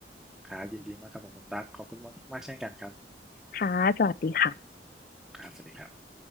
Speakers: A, in the centre; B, on the left (about 50°).
A: ครับยินดีมากครับผมคุณตั๊กขอบคุณมากมากเช่นกันครับ
B: ค่ะสวัสดีค่ะ
A: ครับสวัสดีครับ